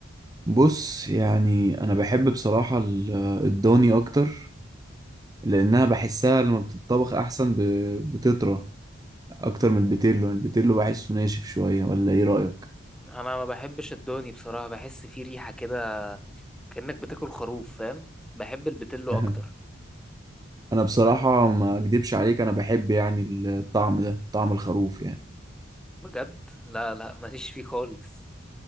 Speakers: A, on the right (about 20°); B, in the centre.
A: بص يعني انا بحب بصراحة ال- الضاني اكتر لانها بحسها لما بتطبخ احسن ب- بتطرى اكتر من البيتيلو البيتيلو بحسه ناشف شوية ولا ايه رأيك
B: انا ما بحبش الضاني بصراحة بحس فيه ريحة كده كأنك بتاكل خروف فاهم بحب البتلو
A: <laughs>
B: اكتر
A: انا بصراحة ما اكدبش عليك انا بحب يعني الطعم ده طعم الخروف يعني
B: بجد لا لا ماليش فيه خالص